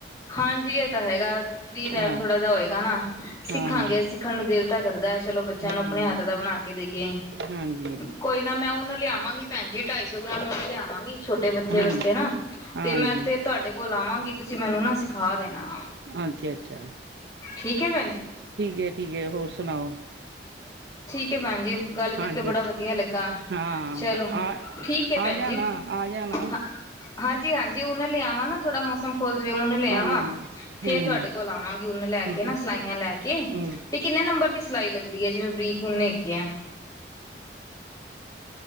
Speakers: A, on the left (about 20°); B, on the right (about 65°).
A: ਹਾਂਜੀ ਇਹ ਤਾਂ ਹੈਗਾ ਫਰੀ ਟਾਈਮ
B: ਹਾਂ
A: ਥੋੜਾ ਜਿਹਾ ਹੋਏਗਾ ਨਾ ਸਿੱਖਾਂਗੇ
B: ਹਾਂਜੀ
A: ਸਿੱਖਣ ਨੂੰ ਦਿਲ <unintelligible> ਚਲੋ ਬੱਚਿਆਂ
B: ਹੂੰ
A: ਨੂੰ ਆਪਣੇ ਹੱਥ ਦਾ ਬਣਾ ਕੇ ਦੇਈਏ
B: ਹਾਂਜੀ
A: ਕੋਈ ਨਾ ਮੈਂ ਉਹਨੂੰ ਲਿਆਵਾਂਗੀ ਭੈਂਜੀ ਢਾਈ ਸੌ ਗ੍ਰਾਮ ਮ ਲਿਆਵਾਂਗੀ ਛੋਟੇ ਬੱਚੇ
B: ਹਾਂਜੀ
A: ਵਾਸਤੇ ਨਾ
B: ਹਾਂਜੀ
A: ਤੇ ਮੈਂ ਫੇਰ ਤੁਹਾਡੇ ਕੋਲ ਆਵਾਂਗੀ ਤੁਸੀਂ ਮੈਨੂੰ ਨਾ ਸਿਖਾ ਦੇਣਾ
B: ਅੱਛਾ ਅੱਛਾ
A: ਠੀਕ ਹੈ ਬ
B: ਠੀਕ ਹੈ ਠੀਕ ਹੈ ਹੋਰ ਸੁਣਾਓ
A: ਕਿ ਪੰਜੀ ਗੱਲ ਕਰਕੇ
B: ਹਾਂਜੀ
A: ਬੜਾ ਵਧੀਆ ਲੱਗਾ
B: ਹਾਂ
A: ਚਲੋ
B: ਆ
A: ਠੀਕ ਹੈ ਭੈਣ
B: ਆ ਜਾਣਾ
A: ਜੀ
B: ਆ ਜਾਣਾ
A: ਹ ਹਾਂਜੀ-ਹਾਂਜੀ ਉਹਨਾਂ ਲ ਆਵਾਂ ਨਾ ਥੋੜਾ ਮੌਸਮ ਖੋੱਲ ਜੇ ਹੋ ਲਿਆ
B: ਹਾਂਜੀ
A: ਵਾਂ
B: ਹਾਂਜੀ
A: ਫੇਰ
B: ਹੂੰ
A: ਤੁਹਾਡੇ ਕੋਲ ਆਵਾਂਗੀ ਉਨੱ ਲੈ
B: ਠੀਕ
A: ਕੇ ਨਾ
B: ਹੈ
A: ਸਿਲਾਈਆਂ ਲੈ ਕੇ
B: ਹੂੰ
A: ਤੇ ਕਿੰਨੇ ਨੰਬਰ ਦੀ ਸਿਲਾਈ ਲੱਗਦੀ ਹੈ ਜਿਵੇਂ ਫਰੀ ਕੁਨ ਹੈਗੀਯਾੱ